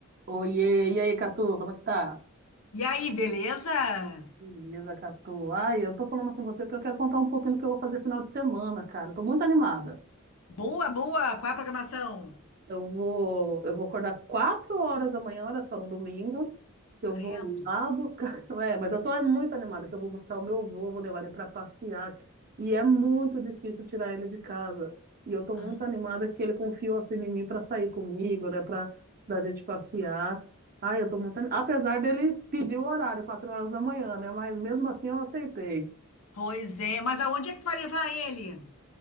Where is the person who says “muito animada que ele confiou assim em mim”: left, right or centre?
Right